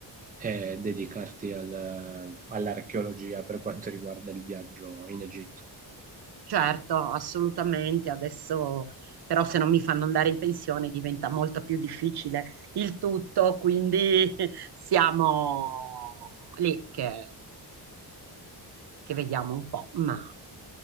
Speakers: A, on the right; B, on the right.
A: e dedicarti al- all'archeologia per quanto riguarda il viaggio in Egitto.
B: Certo, assolutamente. Adesso però se non mi fanno andare in pensione diventa molto più difficile il tutto, quindi <laughs> siamo lì che, che vediamo un po', ma